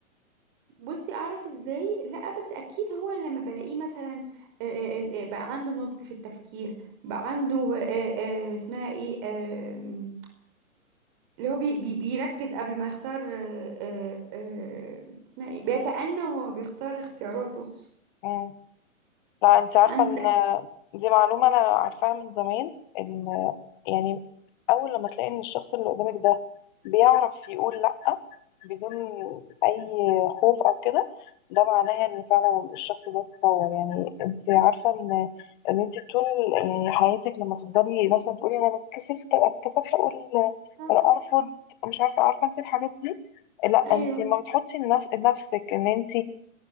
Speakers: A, on the right; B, on the left.
A: بصي اعرف ازاي لا بس اكيد هو لما بلاقيه مثلا آه، آه، آه، بقى عنده نضج في التفكير بقى عنده آه، آه، اسمها ايه آه، اللي هو بي بي بيركز قبل ما يختار آه، آه، آه، اسمها ايه بيتأنى وهو بيختار اختياراته
B: مم. لا انت عارفة
A: عنده
B: ان
A: تأ-
B: دي معلومة انا عارفاها من زمان ان يعني اول لما تلاقي ان الشخص اللي قدامك ده بيعرف يقول لا بدون اي خوف او كده ده معناها ان فعلا الشخص ده اتطور يعني انت عارفة ان ان انت طول يعني حياتك لما تفضلي مثلا تقولي انا اتكسفت اتكسفت اقول
A: آه.
B: انا ارفض مش عارفة عارفة انت الحاجات دي لا
A: ايوه
B: انت ما بتحطي لنفس- لنفسك ان انت